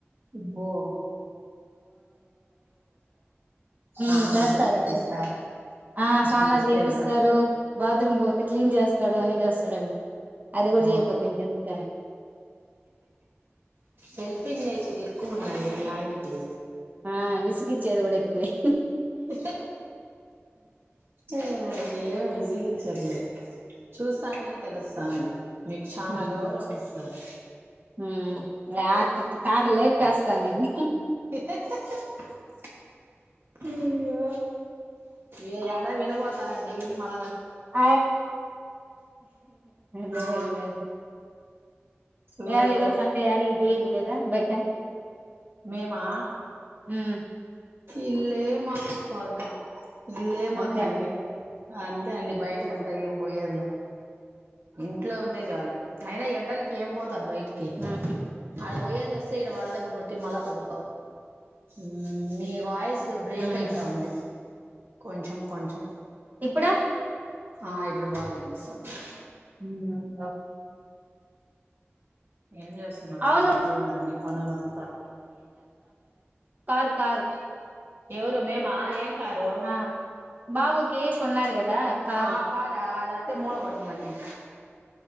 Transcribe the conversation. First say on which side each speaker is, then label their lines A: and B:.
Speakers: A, on the right (about 60°); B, on the right (about 40°).
A: ఇబ్బో! !
B: హు
A: స్నానాలు
B: చేస్తారండి
A: అంతా చేపిస్తా
B: ఆ స్నానాలు
A: మంచిదే
B: చేపిస్తారు,
A: కదా
B: బాత్రూమ్ పోతే క్లీన్ చేస్తాడు, అని చేస్తాడండి. అది కూడా
A: బో
B: చేయపోతే ఇంకెందుకు అండి
A: హెల్పింగ్ నేచర్ ఎక్కువ ఉందండి మీ ఆయనకి
B: ఆ విసిగిచ్చేది కూడా ఎక్కువే
A: అ ఆ ఏం విసిగించరులే చూస్తాంటనే తెలుస్తాంది. మీకు చానా
B: హ్మ్
A: గౌరవం ఇస్తారు
B: హ్మ్ లేకపోతే <unintelligible> త నేను
A: <unintelligible> అయ్యో ఏ అన వినబోతారండి, విని మళ
B: ఆయ్ లేదు
A: ఆ
B: లేండి.
A: చూడు
B: ఎ ఈరోజు సండే యాడికి పోయేది లేదా? బయట
A: మేమా
B: ఉమ్
A: ఇల్లే మాకు స్వర్గం. ఇల్లే మాక్అన్ని
B: అంతే అంటారు
A: అంతే అండి బయిటికి అం <unintelligible> ఏం పోయేదిలే ఇంట్లో ఉంటే చాలు అయినా ఎండలకి ఏంపోతారు బయట కి
B: ఉమ్
A: ఆడ పోయేసి వ స్తే ఇడ వడద దెబ్బ కొట్టి మళ పడు హ్మ్ మీ వాయిస్ బ్రేక్
B: ఉమ్
A: అయితా ఉంది. కొంచం కొంచం
B: ఇప్పుడు
A: ఆ ఇప్పుడు బాగా వినిపిస్తాంది
B: టంట
A: ఏం జేస్తున్నారు
B: అవును
A: అయిపోయింద అన్ని పనులంతా
B: కార్ కార్
A: ఎవరు మేమా ఏం కారు
B: ఆ బాబుకి కొన్నారు కదా కారు
A: ఆ కారా అద అత్తే మూలబడున్నది నం